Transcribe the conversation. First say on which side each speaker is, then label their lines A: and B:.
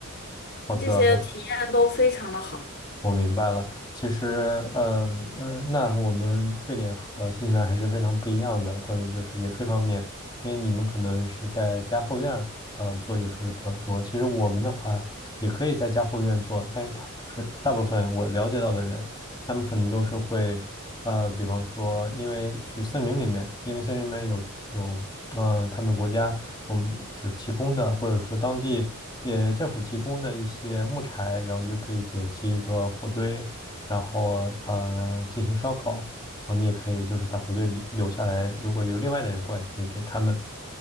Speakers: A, on the left; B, on the left.
A: 好的，
B: 这些体验都非常的好。
A: 我明白了，其实，嗯，呃，那我们瑞典和新西兰还是非常不一样的。关于就是野炊方面，因为你们可能是在家后院儿呃，做野炊的比较多。其实我们的话，也可以在家后院做，但是大部分大部分我了解到的人，他们可能都是会。呃，比方说，因为去森林里面，因为森林里面有有，呃，他们国家我们就是提供的，或者说当地也政府提供的一些木柴，然后你就可以点起一个火堆，然后呃进行烧烤，然后你也可以就是把火堆留留下来，如果有另外的人过来，你可以给他们